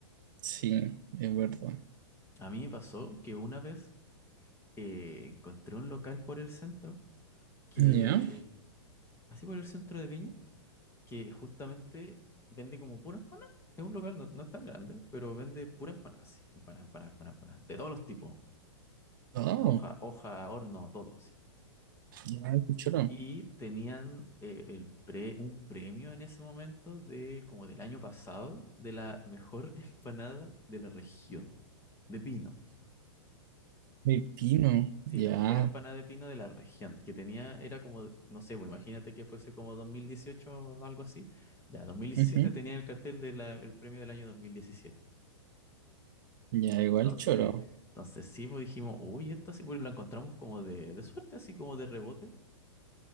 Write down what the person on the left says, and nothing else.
A mí me pasó que una vez eh, encontré un local por el centro que,
así por el centro de Viña que justamente vende como pura empanada. Es un local, no, no es tan grande, pero vende pura empanada, así. Empanada, empanada, empanada, empanada. De todos los tipos.
Hoja, hoja, horno, todo así.
Y tenían eh, el pre- un premio en ese momento de como del año pasado de la mejor <laughs> empanada de la región, de pino.
Sí,
la mejor empanada de pino de la región, que tenía, era como, no sé, pues imagínate que fuese como 2018 o algo así. Ya, dos mil diecisiete
tenía el cartel del premio del año dos mil diecisiete
Entonces,
entonces sí, pues dijimos, uy, esta sí, pues la encontramos como de, de suerte, así como de rebote,